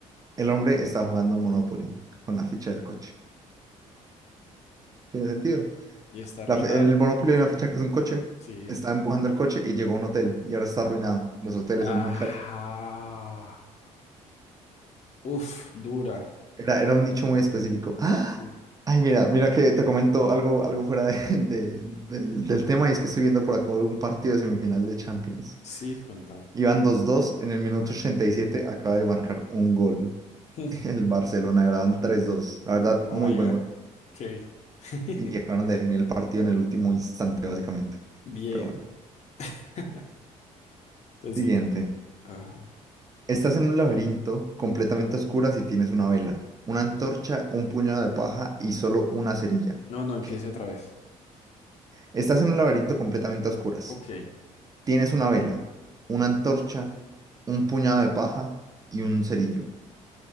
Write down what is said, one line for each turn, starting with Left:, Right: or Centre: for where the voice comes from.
Right: el hombre está jugando Monopoly con la ficha del coche. ¿Tiene sentido?
Left: Y está arruinado.
Right: La fi- el Monopoly hay una ficha que es un coche.
Left: Sí.
Right: Está empujando el coche y llegó a un hotel y ahora está arruinado. Los hoteles son
Left: Ajá.
Right: muy caros.
Left: Uf, dura.
Right: Era, era un nicho muy específico. ¡Ah!
Left: Sí,
Right: Ay, mira, mira que te comento algo, algo fuera de- <laughs> de- del, del tema y es que estoy viendo por acá un partido de semifinal de Champions.
Left: sí, contame.
Right: Iban dos dos en el minuto 87 acaba de marcar un gol.
Left: <laughs>
Right: <laughs> El Barcelona, y ahora van 3-2. La verdad,
Left: Oh
Right: muy
Left: my
Right: buen
Left: God.
Right: gol.
Left: Ok. <laughs>
Right: y acabaron de definir el partido en el último instante, básicamente.
Left: Bien.
Right: Pero bueno,
Left: <laughs> Pues
Right: siguiente.
Left: sí, te... Ajá.
Right: Estás en un laberinto completamente a oscuras y tienes una vela, una antorcha, un puñado de paja y solo una cerilla.
Left: No, no, empiece
Right: ¿Qué?
Left: otra vez.
Right: Estás en un laberinto completamente a oscuras.
Left: Ok,
Right: Tienes una vela, una antorcha, un puñado de paja y un cerillo.